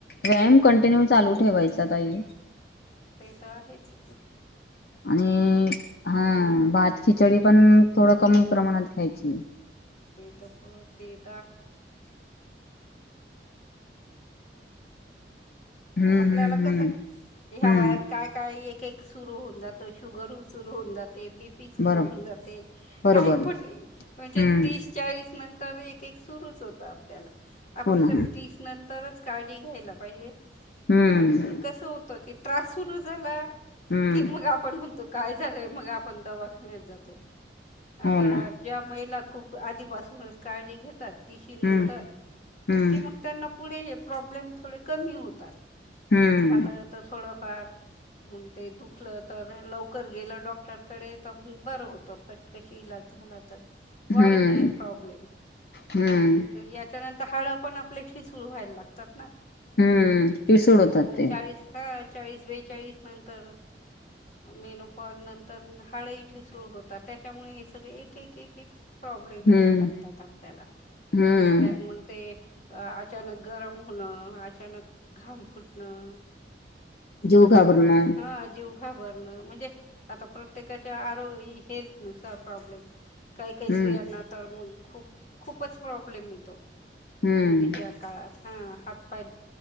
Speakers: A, on the left; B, on the left.
A: व्यायाम कंटिन्यूव चालू ठेवायचा ताई
B: आ हेच
A: आणि हा
B: हां
A: भात खिचडी पण थोडं कमी प्रमाणात खायची
B: <unintelligible> <inaudible> म्हणजे
A: हम्म
B: आपल्याला
A: हम्म हम्म
B: कस ह्या वयात
A: हम्म
B: काय काय एक एक सुरु हुन जातो शुगर सुरु हुन जाते ते बीपी सुरू
A: बरो
B: होऊन जाते
A: बरोबर
B: काही
A: आहे.
B: पण अन ते
A: हम्म
B: तीस चाळीस नंतर एक एक सुरूच होतं आपल्याला आपण
A: हो ना
B: खर तीस नंतरच काळजी घ्यायला पाहिजे
A: हम्म
B: पण कस होत कि त्रास सुरू झाला
A: हम्म
B: कि मग आपण म त काय झालय मग आपण दवाखण्यात जातो आता
A: हो ना
B: ज्या महिला खूप आधीपासूनच काळजी घेतात तिशी नंतर
A: हम्म हम्म
B: कि मग त्यांना पुढे हे प्रॉब्लेम थोडे कमी होतात मग
A: हम्म
B: झालं तर थोडंफार मग ते दुखलं तर लवकर गेलं डॉक्टरकडे तर मग बरं होतं पटकशी इलाज झाला. वाढत
A: हम्म
B: नाही प्रॉब्लेम
A: हम्म
B: अम्म यांच्यांनतर हाड पण आपली ठिसूळ व्हायला लागतात ना.
A: हम्म ठिसूळ होतात
B: एक
A: ते.
B: चाळीस हा चाळीस बेचाळीस नंतर मेनोपाज नंतर हाड ही ठिसूळ होतात. त्याच्यामुळे हे सगळे एक एक एक एक प्रॉब्लेम
A: हम्म
B: या लागतात आपल्याला.
A: हम्म
B: त्यात मग ते, अ अचानक गरम होणं, अचानक घाम फुटणं
A: जीव
B: अचानक
A: घाबरणं
B: हा जेव घाबरण म्हणजे आता प्रत्येकाच्या आरोग हेल्थ नुसार प्रॉब्लेम काही काही
A: हम्म
B: स्रियांना तर मग खूपच प्रॉब्लेम येतो.
A: हम्म
B: मुदह काळात हा हात पाय